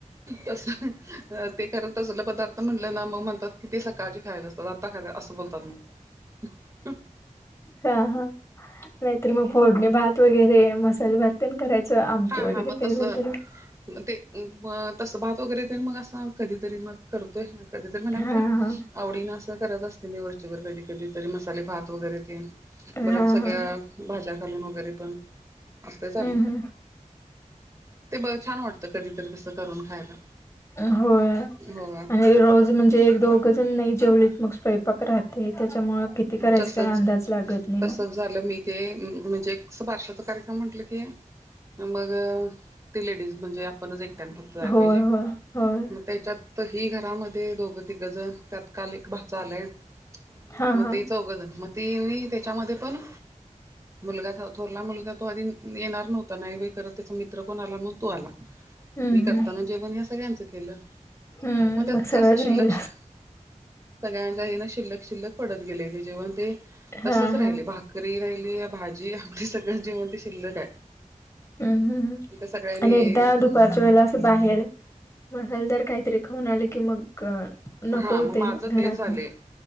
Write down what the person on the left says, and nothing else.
हा हा नाहीतर मग फोडणी भात वगैरे मसाले भात तेन करायचं आमटी
वगैरे
केलं
तर
हा हा
हा
हा
हम्म हम्म.
होय
आणि रोज म्हणजे एक दो घजण नाही जेवलीत मग स्वयपाक राहतय त्याच्यामुळ किती करायच
काय अंदाज लागत नाही
मग
होय
होय होय
हा
हा
हम्म
हम्म.
हम्म
सगळंच
राहिल
हा
हा.
हम्म हम्
आणि एकदा दुपार च्या वेळेला अस बाहेर मसालेदार काहीतरी खाऊन आले की मग नको
होते
घरात